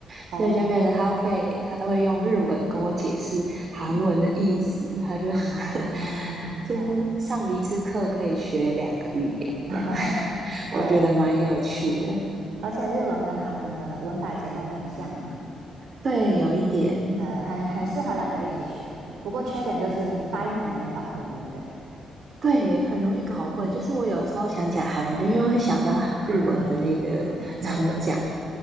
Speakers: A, on the right (about 85°); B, on the right (about 40°).
A: 哦，
B: 所以就变成他可以他都会用日文跟我解释韩文的意思，
A: 嗯
B: 他就
A: 啊
B: <laughs>
A: 嗯，OK，
B: 就是上一次课可以学两个语言这样，
A: <laughs>
B: <laughs> 我觉得蛮有趣的。
A: 对，而且日文跟韩文的文法结构很像嘛。
B: 对，有一点，
A: 对，很很适合两个一起学。不过缺点就是你的发音很容易搞混，对不对？
B: 对，很容易搞混。就是我有时候想讲韩文，就又会想到日文的那个怎么讲，
A: <laughs> 对，